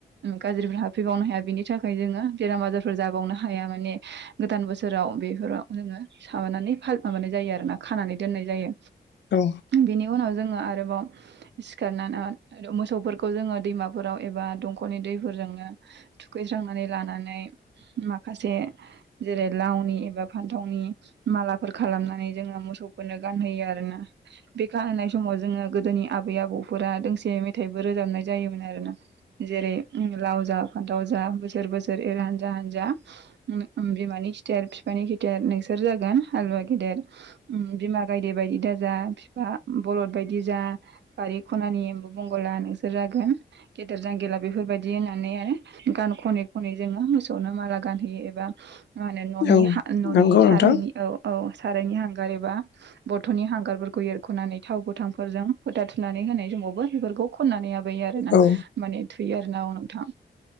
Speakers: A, on the right (about 70°); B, on the left (about 70°).
A: गाज्रि हाफैबावनो हाया बिनि थाखाय जोङो बेराम आजारफोर जाबावनो हाया माने गोदान बोसोराव बेफोराव जोङो माबानानै माबानाय जायो आरो ना खानानै दोननाय जायो
B: औ
A: बिनि उनाव जोङो आरोबाव <inaudible> सिखारनानै मोसौफोरखौ जोङो दैमाफोराव एबा दंखलनि दैफोरजोंनो थुखैस्रांनानै लानानै माखासे जेरै लावनि एबा फान्थावनि मालाफोर खालामनानै जोङो मोसौफोरनो गानहोयो आरोना बे गानहोनाय समाव जोङो गोदोनि आबै आबौफोरा दोंसे मेथाइबो रोजाबनाय जायोमोन आरोना जेरै लावजा फानथाव जा बोसोर बोसोर एर हानजा हानजा उम बिमानि खिथेर बिफानि खिथेर नोंसोर सोर जागोन हालुवा गेदेर उम बिमा गायदे बायदि दाजा फिफा उम बलद बायदि जा बारि खनानि एम्बु बंगोला नोंसोर जागोन गेदेर जांगिला बेफोर बायदि होननानैहाय गान खनै खनै जोङो मोसौनो माला गानहैयो एबा मा होनो न'नि
B: औ
A: हा न'नि
B: नंगौ
A: सारायनि
B: नोंथां
A: औ औ सारायनि हांगार एबा बथ'नि हांगारफोरखौ एरख'नानै थाव गोथांफोरजों फोथा थुनानै होनाय समावबो बेफोरखौ खननानै बैयो आरोना
B: औ
A: माने थुहोयो आरोना औ नोंथां।